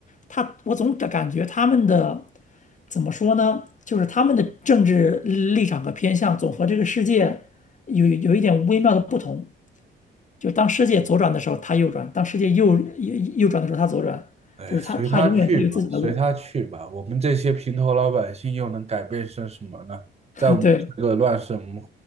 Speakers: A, on the left; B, on the right.
A: 他我总感感觉他们的怎么说呢，就是他们的政治立场和偏向总和这个世界有有一点微妙的不同，就当世界左转的时候他右转，当世界右右右转的时候他左转，
B: 哎，
A: 就是他他永远他有自己的路。
B: 随他去吧，随他去吧。我们这些平头老百姓又能改变些什么呢？在我们这个乱世，
A: <laughs> 对
B: 我们